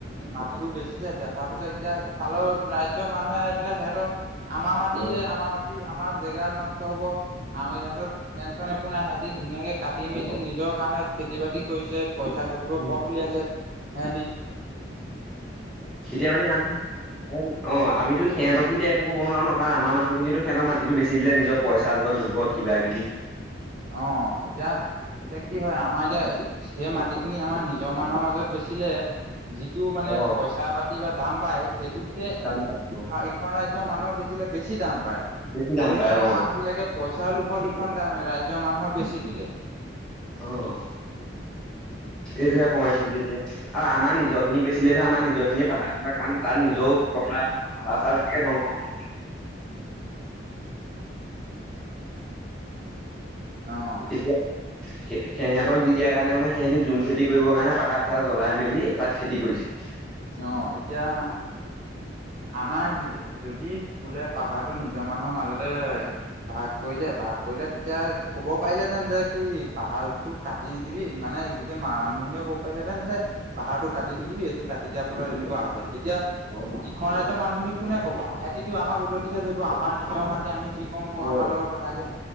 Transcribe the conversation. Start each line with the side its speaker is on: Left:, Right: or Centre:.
Right: মাটিবোৰ বেচিছে বচাৰ পিছত এতিয়া ইিফালৰ ৰাজ্যৰ মানুহে ে সেইহটো আমাৰ মাটিহে
Centre: অ,
Right: আমাৰ মাটি আমাৰ জেগাত নষ্ট হ'ব আম ইহত একো নাইে এদিন ধুনীয়াকে কাটি
Centre: অ,
Right: মেলি নিজৰ কাৰণে খেতি বাতি কৰিছে পইচা ঘটিব
Centre: উম।
Right: পথ উলিয়াইছে সিহতি
Centre: এতিয়া মানে আমি অ আমিতো সিহঁতটো এতিয়া একো ক'ব নোৱাৰো ন কাৰণ আমাৰ মানুহ খিনিয়েটো সিহঁতক মিটি টো বেচি দিলে নিজৰ পইচা ধৰ লোভত কিবা কিবি
Right: অ এতিয়া এতিয়া কি হয় আমাৰ এতিয়া সেই মাটিখিনি আমাৰ নিজৰ মানুহৰ মাজত বেছি চিলে যিটো মানে
Centre: অ,
Right: পইচা পাতি বা দাম পাই সেইটোতকে
Centre: দাম পায় অ,
Right: ইখন ৰাজ্যৰ মানুহৰ বেছি বেছি দাম পায়
Centre: বেছি দাম
Right: সেইকাৰণে
Centre: পায় অ।
Right: মানুহ বিলাকে পইচাৰ লোভত ইখন ৰাজ্য মানুহক বেচি দিলে
Centre: অ', এইটোহে সমস্যা দি দিয়ে আৰু আমাৰ নিজৰ খিনিক বেচিলেহে আমাৰ নিজৰ খিনিয়ে পাহাৰ কটা কাম তাত নিজেও <unintelligible> ধ্বংস কৰি
Right: অ',
Centre: এতিয়া সেহেতক দি দিয়াৰ কাৰণে মানে সিহঁতি জুম খেতি কৰিবৰ কাৰণে পাহাৰ চাহাৰ জ্বলাই মেলি তাত খেতি কৰিছে।
Right: অ', এতিয়া আমাৰ যদি বোলে পাহাৰটো নিজৰ মানুহৰ মাজতে ভাগ কৰিলে ভাগ কৰিলে তেতিয়া ক'ব পাৰিলেহেতেন যে কি পাহাৰটো কাটি নিদিবি মানে গোটেই মানুহখিনিয়ে ক'ব পাৰিলেহেতেন যে পাহাৰটো কাটি নিদিবি সেইটো কাটি দিয়াৰ ফলত এনেকুৱা হৈছে এতিয়া
Centre: অ',
Right: ইখন ৰাজ্যৰ মানুহখিনি কোনে ক'ব সিহঁতিটো আমাক উলতিহে ধৰিব আমাৰ নিজৰ মাটি আমি যি কম মই
Centre: অ',
Right: আমাৰ লগত কথা এতিয়া